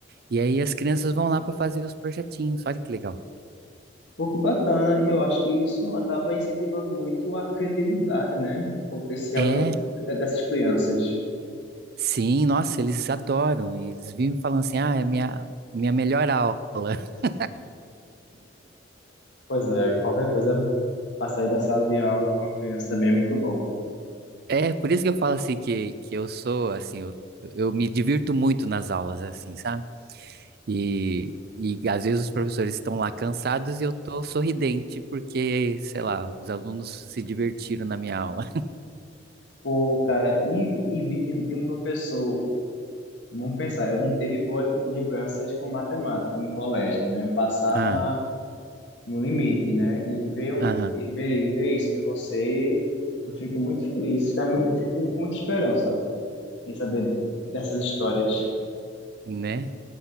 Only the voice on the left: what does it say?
Pô, que bacana, e eu acho que isso acaba incentivando muito a criatividade, né? O potencial
de- de- dessas crianças.
Pois é, qualquer coisa para sair da sala de aula com a criança também é muito bom.
Pô, cara, e, e vi de, de um professor, vamos pensar, eu não tive boas lembranças com matemática no colégio, né? Eu passava
no limite, né? E ver, o-
e ver, e ver isso de você, eu fico muito feliz. tá mu- Eu fico com muita esperança em saber dessas histórias.